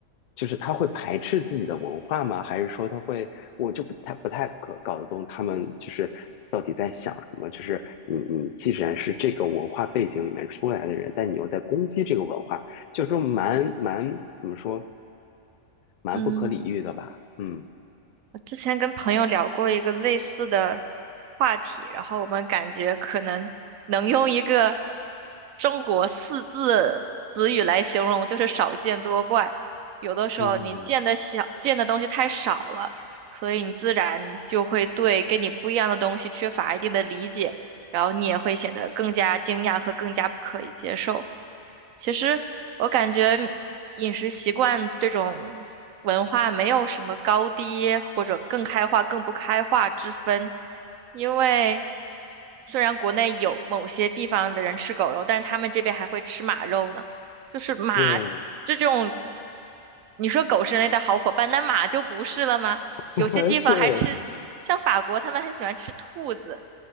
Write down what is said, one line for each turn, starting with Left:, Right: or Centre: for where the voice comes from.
Left: 就是他会排斥自己的文化吗？还是说他会，我就不太不太搞搞得懂他们就是到底在想什么？就是你你既然是这个文化背景里面出来的人，但你又在攻击这个文化，就说蛮蛮怎么说，蛮不可理喻的吧？
Right: 嗯。
Left: 嗯
Right: 我之前跟朋友聊过一个类似的话题，然后我们感觉可能能用一个中国四字词语来形容，就是少见多怪。有的时候你见的小，
Left: 嗯，
Right: 见的东西太少了，所以你自然就会对跟你不一样的东西缺乏一定的理解，然后你也会显得更加惊讶和更加不可以接受。其实我感觉饮食习惯这种文化没有什么高低或者更开化、更不开化之分，因为虽然国内有某些地方的人吃狗肉，但是他们这边还会吃马肉呢。就是马这种，
Left: 对
Right: 你说狗是人类的好伙伴，那马就不是了吗？有些地方还吃，
Left: <laughs> 对
Right: 像法国他们很喜欢吃兔子，